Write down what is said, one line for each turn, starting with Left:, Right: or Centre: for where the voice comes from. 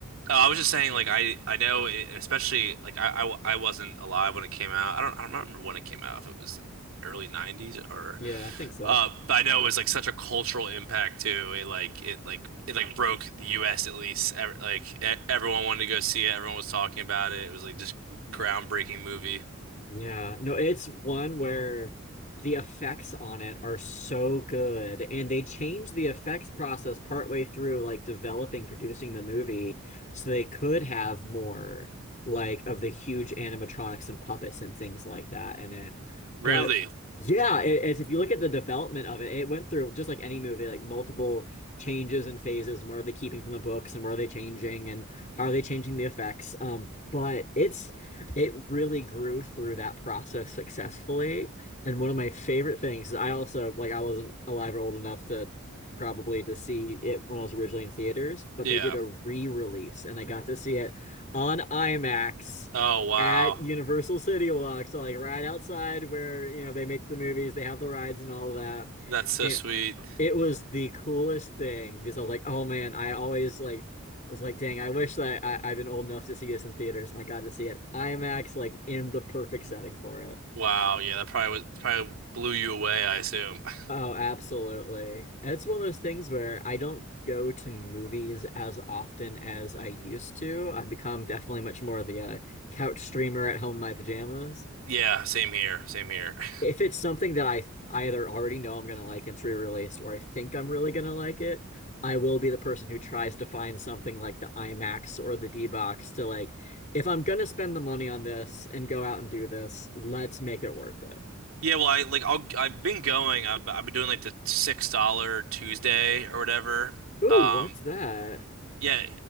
Right: uh, I was just saying, like I I know, it, especially like I, I w- I wasn't alive when it came out. I don't I don't remember when it came out. If it was early '90s or,
Left: Yeah, I think so.
Right: uh, but I know it was like such a cultural impact too. It like it like it like broke the U.S. at least. Ev- Like e- everyone wanted to go see it. Everyone was talking about it. It was like just groundbreaking movie.
Left: Yeah, no, it's one where the effects on it are so good, and they changed the effects process partway through, like developing, producing the movie, so they could have more like of the huge animatronics and puppets and things like that in it.
Right: Really?
Left: But yeah, it, it's, if you look at the development of it, it went through just like any movie, like multiple changes and phases. And what are they keeping from the books, and what are they changing, and how are they changing the effects? Um, but it's it really grew through that process successfully. And one of my favorite things, I also like I wasn't alive or old enough to probably to see it when it was originally in theaters, but
Right: Yeah.
Left: they did a re-release and I got to see it on IMAX
Right: Oh wow.
Left: at Universal City Walk. So like right outside where, you know, they make the movies, they have the rides and all of that.
Right: That's so
Left: And
Right: sweet.
Left: it was the coolest thing because I was like, oh man, I always like was like, dang, I wish that I, I've been old enough to see this in theaters and I got to see it IMAX like in the perfect setting for it.
Right: Wow, yeah, that probably was probably blew you away, I assume. <laughs>
Left: Oh, absolutely. It's one of those things where I don't go to movies as often as I used to. I've become definitely much more of the uh, couch streamer at home in my pajamas.
Right: Yeah, same here, same here. <laughs>
Left: if it's something that I I either already know I'm gonna like and it's re-released, or I think I'm really gonna like it, I will be the person who tries to find something like the IMAX or the D-Box to like, if I'm gonna spend the money on this and go out and do this, let's make it worth it.
Right: Yeah, well, I like I'll I've been going. I've, I've been doing like the six dollar Tuesday or whatever.
Left: Ooh,
Right: Um,
Left: what's that?
Right: yeah,